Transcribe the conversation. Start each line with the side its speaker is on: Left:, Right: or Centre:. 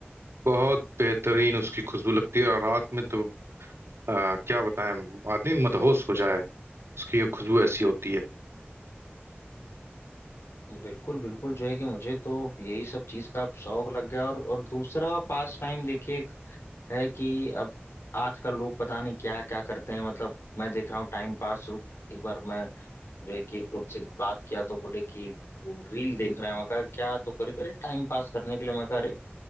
Right: बहुत बेहतरीन उसकी खुशबू लगती है और रात में तो आ, क्या बताएं आदमी मदहोश हो जाए उसकी ये खुशबू ऐसी होती है
Left: बिल्कुल बिल्कुल जो है कि मुझे तो यही सब चीज का शौक लग गया और और दूसरा पास टाइम देखिए एक है कि अब आज का लोग पता नहीं क्या क्या करते हैं मतलब मैं देख रहा हूँ टाइम पास एक बार मैं जो है कि एक लोग से बात किया तो बोले कि वो रील देख रहा है मैं कहा क्या तो करे करे टाइम पास करने के लिए मैं कहा अरे